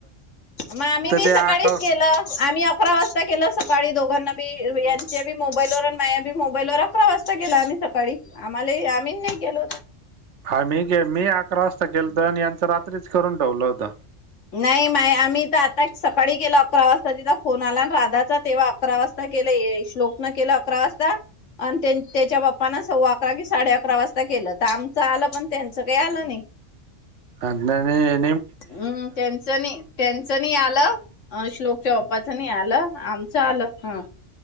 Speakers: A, on the left; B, on the right.
A: मग आम्ही बी
B: ते अकाउंट
A: सकाळीच केलं आम्ही अकरा वाजता केलं सकाळी दोघांना बी त्यांचे त्यांच्या बी मोबाईलवर आणि माझ्या बी मोबाईलवर आम्ही अकरा वाजता आता केलं आम्ही सकाळी आम्हाला आम्ही नाही केलो
B: आम्ही के मी अकरा वाजता केलत आणि यांचं रात्रीच करून ठेवलं होता
A: नाही मा आम्ही तर आता सकाळी केलं अकरा वाजता तिचा फोन आला राधाचा तेव्हा अकरा वाजता केलं श्लोकन केलं अकरा वाजता अण त्याच्या बाप्पाना सव्वा अकरा वाजता अकरा कि साडे अकरा वाजता केलं तर आमचं आलं पण त्यांचं काही आलं नाही
B: आज नाही येत
A: हम त्यांचंनी त्यांचंनी आलं श्लोकच्या बाप्पाचं नि आलं आमचं आलं ह